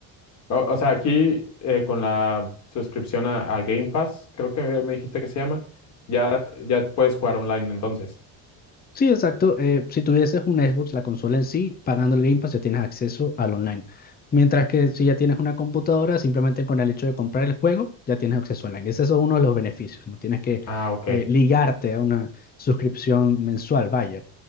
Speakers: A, on the left; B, on the left.
A: O, o sea, aquí eh, con la suscripción a, a Game Pass, creo que me dijiste que se llama, ya, ya puedes jugar online entonces.
B: Sí, exacto. eh, si tuvieses un Xbox, la consola en sí, pagando el Game Pass ya tienes acceso al online. Mientras que si ya tienes una computadora, simplemente con el hecho de comprar el juego, ya tienes acceso online. Ese es uno de los beneficios. No tienes que
A: Ah, ok.
B: eh, ligarte a una suscripción mensual, vaya.